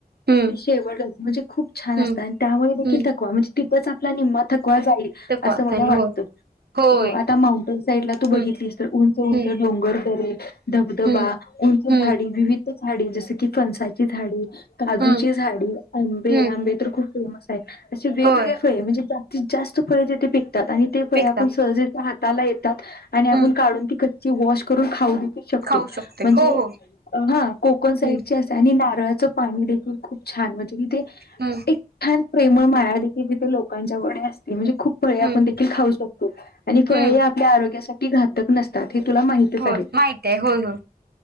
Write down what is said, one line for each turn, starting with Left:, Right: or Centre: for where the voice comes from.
Right: हम्म
Left: ते शेवटच म्हणजे खूप छान
Right: हम्म
Left: असतं, आणि त्यामुळे देखील
Right: हम्म
Left: थकवा म्हणजे तिथंच आपला निम्मा थकवा जाईल.
Right: थकवा
Left: असं मला वाटतं.
Right: होय. होय
Left: हो आता माउंटन साईड ला तू बघितलीस
Right: हम्म
Left: तर उंच उंच
Right: हम्म
Left: डोंगरदरे, धबधबा
Right: हम्म
Left: उंच झाडी
Right: हम्म
Left: विविध झाडे जसं की फणसाची झाडे, काजूची
Right: हम्म
Left: झाडे, आंबे
Right: हम्म
Left: आंबे तर खूप फेमस असे वेगवेगळे
Right: होय
Left: फळे म्हणजे जास्तीत जास्त फळे तिथे पिकतात आणि ते फळे
Right: विकतात
Left: आपण सहज हात ला येतात आणि आपण
Right: हम्म
Left: काढून ती कच्ची वॉश करून खाऊ.
Right: खाऊ शकते
Left: म्हणजे
Right: हो हो
Left: हा कोकन साईड
Right: हम्म
Left: अस आणि नारळा दे खूप छान म्हणज तिथे
Right: हम्म
Left: एक छान प्रेमळ माया देखील तिथे लोक लच्या व असते म्हणजे खूप फळे
Right: हम्म
Left: आपण देखील खाऊ शकतो आणि फळे
Right: हम्म
Left: आपल्या आरोग्यासाठी घातक नसतात हे तुला माहितच
Right: होय
Left: आहे.
Right: माहित आहे होय होय